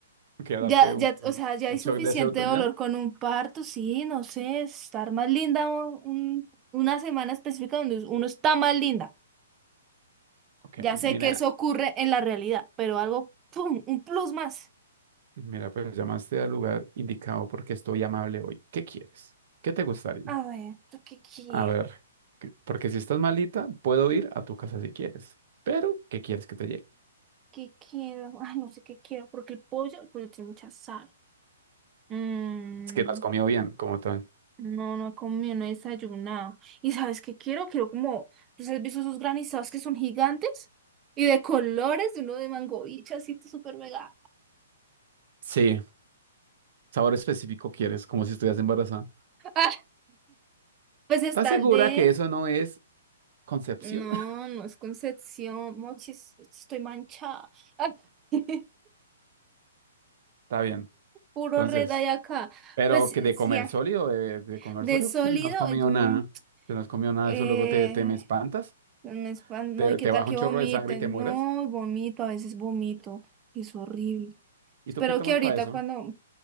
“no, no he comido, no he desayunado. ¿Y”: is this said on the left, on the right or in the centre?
Right